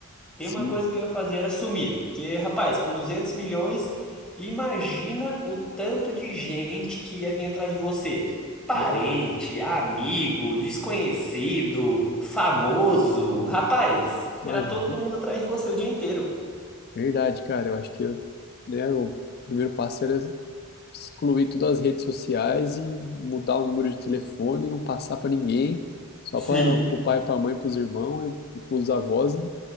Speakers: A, on the left; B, in the centre.
A: Sim,
B: Tem uma coisa que eu ia fazer era sumir. Porque, rapaz, com 200 milhões, imagina o tanto de gente que ia vir atrás de você. Parente,
A: né?
B: amigo, desconhecido, famoso. Rapaz,
A: Imagina.
B: era todo mundo atrás de você o dia inteiro.
A: Verdade, cara. Eu acho que eu, né, o primeiro passo era excluir todas as redes sociais e mudar o número de telefone, não passar pra ninguém, só
B: Sim.
A: para o pai, pra mãe, pros irmãos e, e pros avós e